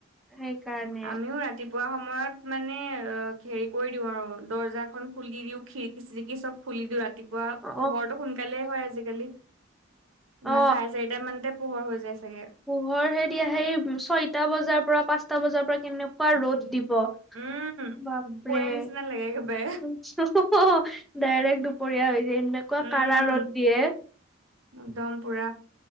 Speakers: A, in the centre; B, on the right.
A: সেইকাৰণে
B: আমিও ৰাতি ৰাতিপুৱা সময়ত মানে হেৰি কৰি দিওঁ আৰু! দৰ্জাখন খুলি দিও, খি খিৰিকী-ছিৰিকি চব খুলি দিওঁ ৰাতিপুৱা।
A: অ
B: পোহৰটো সোনকালে হয় আজিকালি! আমাৰ
A: অ
B: চাৰে-চাৰিটা মানতে পোহৰ হৈ যায় চাগে!
A: পোহৰহে দি সেই ছয়টা বজাৰ পৰা পাঁচটা বজাৰ পৰা কেনেকুৱা ৰ'দ দিব!
B: উম। দুপৰীয়া
A: বাপৰে
B: নিচিনা লাগে একেবাৰে।
A: ডাইৰেক্ট দুপৰীয়া হৈ যায়। এনেকুৱা
B: উম
A: কাৰা ৰ'দ দিয়ে।
B: একদম পুৰা